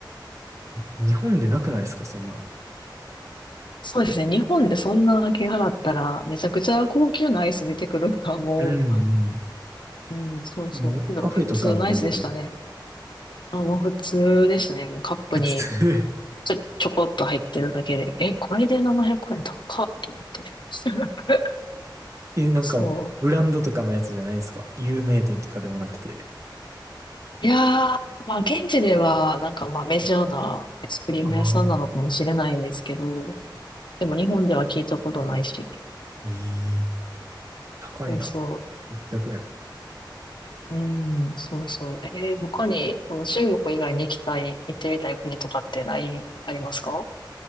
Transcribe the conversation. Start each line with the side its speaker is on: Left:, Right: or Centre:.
Right: うん。日本でなくないですか、そんなの。
Left: そうですね。日本でそんな金払ったら、めちゃくちゃ高級なアイス出てくるのか、も
Right: うん
Left: う。うん、そうそう。
Right: うん。もう、
Left: けど、
Right: カフェとかのレベル。
Left: 普通のアイスでしたね。あ、もう普通でしたね。もうカップに
Right: <laughs> 普通。
Left: ちょ、ちょこっと入ってるだけで。え、これで700円高っと思って。<laughs>
Right: え、なんか、
Left: そう。
Right: ブランドとかのやつじゃないですか有名店とかでもなくて。
Left: いやー、まあ現地では、なんかまあメジャーなアイスクリーム屋さんなのかもしれないんですけど、
Right: ああ、
Left: でも日本では聞いたことないし。
Right: ええ高いな。
Left: そうそう。
Right: 6
Left: うん、そうそう。えー、他に、その中国以外に行きたい、行ってみたい国とかってない、ありますか